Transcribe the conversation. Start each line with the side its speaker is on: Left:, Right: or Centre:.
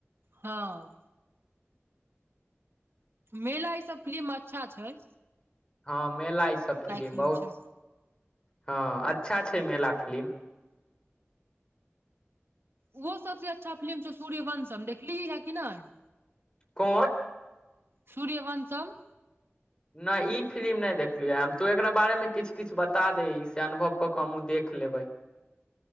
Right: हँ। मेला इ सब फिलिम अच्छा छैय।
Left: हँ मेला इ सब फिलिम
Right: फिल्म
Left: बहुत,
Right: छै
Left: हँ अच्छा छैय मेला फिलिम।
Right: उहो सबसे अच्छा फिलिम छौ सूर्यवंशम देखलीही है कि नहि।
Left: कोन।
Right: सूर्यवंशम।
Left: न इ फिलिम नहि देखलिये ह हम तो एकरा बारे मे किछ- किछ बता दे इ से अनुभव क के हमु देख लेबैय।